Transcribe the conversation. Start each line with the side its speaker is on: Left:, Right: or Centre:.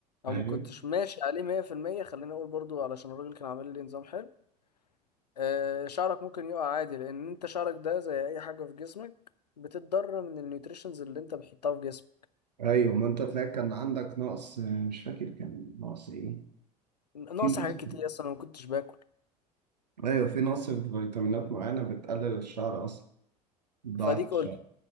Left: او
Right: ايوه
Left: مكنتش ماشي عليه 100% خليني اقول برضو علشان الراجل كان عامل لي نظام حلو آه، شعرك ممكن يقع عادي لان انت شعرك ده زي اي حاجه في جسمك بتتضرر من النيوتريشنز اللي انت بتحطها في جسمك
Right: ايوه ما انت تلاقي كان عندك نقص مش فاكر كان نقص ايه
Left: ناقص
Right: في نقص
Left: حاجات كتير اصلا أنا ما كنتش باكل
Right: ايوه في نقص في فيتامينات معينه بتقلل الشعر اصلا ضاعت
Left: فديك
Right: شوية،
Left: قلت